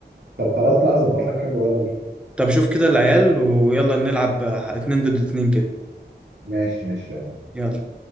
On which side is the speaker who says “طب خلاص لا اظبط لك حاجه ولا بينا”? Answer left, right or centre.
Right